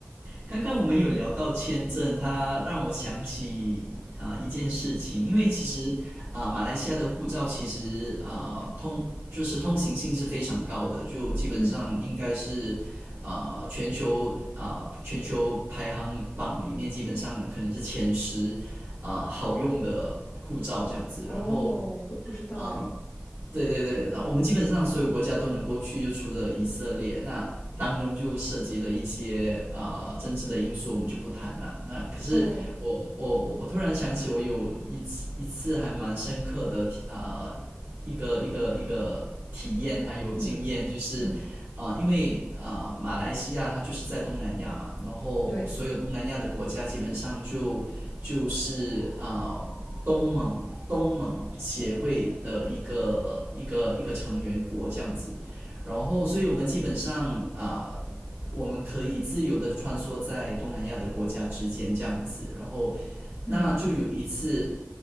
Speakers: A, on the right (about 65°); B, on the left (about 80°).
A: 刚刚我们有聊到签证，它让我想起啊、呃一件事情，因为其实啊、
B: 嗯
A: 呃马来西亚的护照其实啊、呃通就是通行性是非常高的，就基本上应该是啊、
B: 嗯，
A: 呃全球啊、呃全球排行榜里面基本上可能是前十啊、呃好用的护照这样子，
B: 哦，
A: 然后。
B: 我都不知道哎，
A: 嗯，对对对，然后我们基本上所有国家都能够去，就除了以色列，那当中就涉及了一些呃政治的因素，我们就不谈了。那可是我我我我突然想起，
B: 哦，
A: 我有一次一次还蛮深刻的体呃一个一个一个体验还有经验，
B: 嗯
A: 就是啊，
B: 嗯，
A: 因为啊马来西亚它就是在东南亚嘛，然后所有东南亚的国家基本上就。
B: 对，
A: 就是啊、呃东盟东盟协会的一个一个一个成员国这样子，然后所以我们基本上啊、呃我们可以自由的穿梭在东南亚的国家之间这样子，然后
B: 嗯
A: 那就有一次